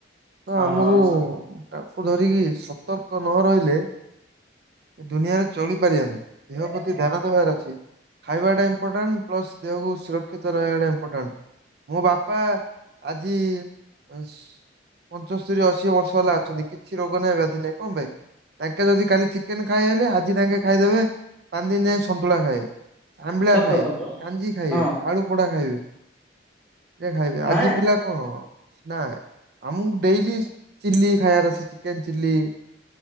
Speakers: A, on the right; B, in the centre.
A: ତ
B: ହଁ
A: ଆମକୁ ଧରିକି ସତର୍କ ନ ରହିଲେ ଏ ଦୁନିଆରେ ଚଳିପାରିବାନି। ଦେହ ପ୍ରତି ଧ୍ୟାନ ଦେବାର ଅଛି। ଖାଇବାଟା ଇମ୍ପୋର୍ଟାଣ୍ଟ ପ୍ଲସ୍ ଦେହକୁ ସୁରକ୍ଷିତ ରହିବାଟା ଇମ୍ପୋର୍ଟାଣ୍ଟ। ମୋ ବାପା ଆଜି ସ ପଞ୍ଚସ୍ତରୀ ଅ ଅଶୀ ବର୍ଷ ହେଲା ଅଛନ୍ତି କିଛି ରୋଗ ନାହିଁ ବ୍ୟାଧି ନାହିଁ କଣ ପାଇଁ? ତାଙ୍କେ ଯଦି କାଲି ଚିକେନ ଖାଇଏ ହେଲେ ଆଜି ତାଙ୍କେ ଖାଇଦେବେ ପାଞ୍ଚ ଦିନ ଯାଏଁ ସନ୍ତୁଳା ଖାଇଏ। ଆମ୍ବିଳା
B: ସତ
A: ଖାଏ
B: ସତ।
A: କାଞ୍ଜି ଖାଇବେ
B: ହଁ
A: ଆଳୁ ପୋଡା ଖାଇବେ। ଖାଇବେ ଆଜି
B: ନାଇଁ ନାଇଁ
A: ପିଲା କଣ? ନା ଆମକୁ ଡେଲି ଚିଲି ଖାଇବାର ଅଛି ଚିକେନ ଚିଲି